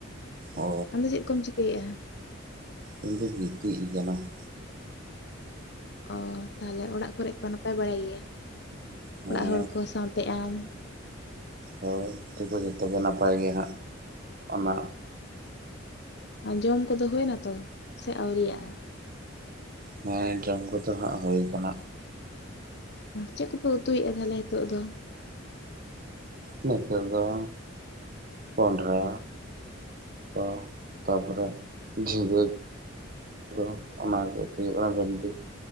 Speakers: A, on the right; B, on the left.
A: ᱚ
B: ᱟᱢᱫᱚ ᱪᱮᱫ ᱠᱚᱢ ᱪᱤᱠᱟᱹᱭᱮᱜᱼᱟ?
A: ᱤᱧ ᱫᱚᱧ ᱜᱤᱛᱤᱡ ᱟᱠᱟᱱᱟ ᱾
B: ᱚ ᱛᱟᱦᱚᱞᱮ ᱚᱲᱟᱜ ᱠᱚᱨᱮ ᱠᱚ ᱱᱟᱯᱟᱭ ᱵᱟᱲᱟᱭ ᱜᱮᱭᱟ?
A: ᱦᱮᱸ
B: ᱚᱲᱟᱜ ᱦᱚᱲ ᱠᱚ ᱥᱟᱶᱛᱮ ᱟᱢ ᱾
A: ᱦᱳᱭ ᱛᱚᱵᱮ ᱡᱚᱛᱚᱜᱮ ᱱᱟᱯᱟᱭ ᱜᱮ ᱦᱟᱸᱜ, ᱚᱱᱟ
B: ᱚ ᱡᱚᱢ ᱠᱚᱫᱚ ᱦᱩᱭᱱᱟ ᱛᱚ, ᱥᱮ ᱟᱣᱨᱤᱣᱟᱜᱼᱟ?
A: ᱦᱮᱸ ᱡᱚᱢ ᱠᱚᱫᱚ ᱦᱟᱸᱜ ᱦᱩᱭ ᱠᱟᱱᱟ᱾
B: ᱪᱮᱫ ᱠᱚᱯᱮ ᱩᱛᱩᱭᱮᱫᱼᱟ ᱛᱟᱦᱞᱮ ᱱᱤᱛᱚᱜ ᱫᱚ?
A: ᱱᱮᱛᱟᱨ ᱫᱚ ᱠᱚᱱᱰᱷᱟ ᱠᱚ ᱛᱟ ᱯᱚᱨᱮ ᱡᱷᱤᱜᱟ ᱠᱚ ᱚᱱᱟ ᱜᱮ ᱦᱩᱭᱩᱜ ᱠᱟᱱᱟ ᱵᱷᱮᱱᱰᱤ